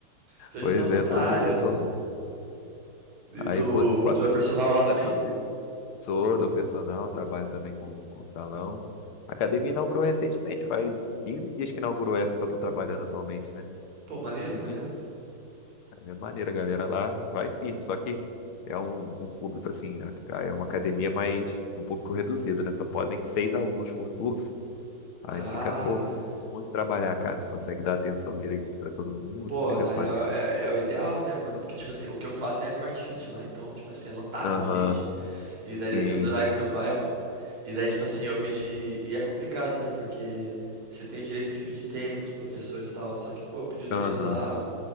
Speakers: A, on the right; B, on the left.
A: Então
B: Pois
A: já estamos
B: é,
A: na tua
B: todo
A: área.
B: dia eu tô lá. Aí,
A: E tu,
B: pô, qua-
A: tu é personal lá
B: quatro
A: também?
B: vezes. Sou do personal, trabalho também com, com salão. A academia inaugurou recentemente, faz 15 dias que inaugurou essa que eu tô trabalhando atualmente, né?
A: Pô, maneiro,
B: 15
A: maneiro.
B: dias Aí É maneiro, a galera lá vai firme, só que é um, um público assim, a- a- é uma academia mais um público reduzido, né? Só podem seis alunos por turno. Aí
A: Ah,
B: fica, pô, muito trabalhar, cara. Você consegue dar atenção direitinho pra todo mundo,
A: pô,
B: entendeu?
A: na
B: Faz-
A: real é, é o ideal, né, mano? Porque, tipo assim, o que eu faço é a Smart Fit lá. Então, tipo assim, é lotado
B: Aham,
A: de gente. E daí
B: sim,
A: depende do horário que tu vai, mano. E daí, tipo assim, eu pedi. E é complicado, tá? Porque você tem o direito de pedir treino pros professores e tal. Só que, pô, eu pedi o treino
B: aham.
A: lá,